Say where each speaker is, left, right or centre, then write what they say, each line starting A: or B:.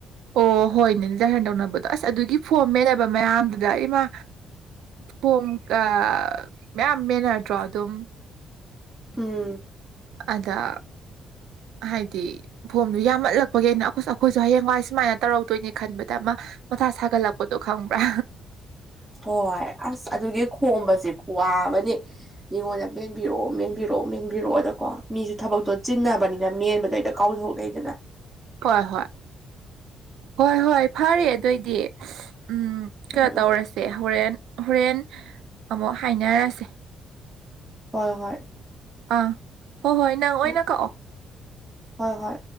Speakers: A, on the right (about 80°); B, on the right (about 15°).
A: ꯑꯣ ꯍꯣꯏ ꯅꯅꯦꯗ ꯍꯦꯟꯗꯧꯅꯕꯗꯣ ꯑꯁ ꯑꯗꯨꯒꯤ ꯐꯣꯝ ꯃꯦꯟꯅꯦꯕ ꯃꯌꯥꯝꯗꯨꯗ ꯏꯃꯥ ꯐꯣꯝ ꯑꯥ ꯃꯌꯥꯝ ꯃꯦꯟꯅꯔꯛꯗ꯭ꯔꯣ ꯑꯗꯨꯝ
B: ꯎꯝ
A: ꯑꯗꯥ ꯍꯥꯏꯗꯤ ꯐꯣꯝꯗꯨ ꯌꯥꯝꯃꯠꯂꯛꯄꯒꯤ ꯑꯗ ꯑꯩꯅ ꯑꯩꯈꯣꯏꯁꯨ ꯍꯌꯦꯡꯋꯥꯏ ꯁꯨꯃꯥꯏꯅ ꯇꯧꯔꯛꯇꯣꯏꯅꯦ ꯈꯟꯕꯗ ꯑꯃ ꯃꯊꯥ ꯁꯥꯒꯠꯂꯛꯄꯗꯣ ꯈꯪꯕ꯭ꯔꯥ
B: ꯍꯣꯏ ꯑꯁ ꯑꯗꯨꯒꯤ ꯈꯣꯝꯕꯁꯦ ꯈꯨꯋꯥ ꯑꯃꯅꯤ ꯃꯤꯉꯣꯟꯗ ꯃꯦꯟꯕꯤꯔꯛꯑꯣ ꯃꯦꯟꯕꯤꯔꯛꯑꯣ ꯃꯦꯟꯕꯤꯔꯛꯑꯣꯗꯀꯣ ꯃꯤꯁꯨ ꯊꯕꯛꯇꯣ ꯆꯤꯟꯅꯕꯅꯤꯅ ꯃꯦꯟꯕꯗꯩ ꯍꯦꯛꯇ ꯀꯧꯊꯣꯛꯅꯩꯗꯅ
A: ꯍꯣꯏ ꯍꯣꯏ ꯍꯣꯏ ꯍꯣꯏ ꯐꯔꯦ ꯑꯗꯨ ꯑꯣꯏꯗꯤ ꯎꯝ
B: ꯎꯝ
A: ꯀꯩꯅꯣ
B: ꯎꯝ
A: ꯇꯧꯔꯁꯦ ꯍꯣꯔꯦꯟ ꯍꯣꯔꯦꯟ ꯑꯃꯨꯛ ꯍꯥꯏꯅꯔꯁꯦ
B: ꯍꯣꯏ ꯍꯣꯏ
A: ꯑꯥ ꯍꯣꯏ ꯍꯣꯏ ꯅꯪ ꯑꯣꯏꯅ
B: ꯎꯝ
A: ꯀꯛꯑꯣ
B: ꯍꯣꯏ ꯍꯣꯏ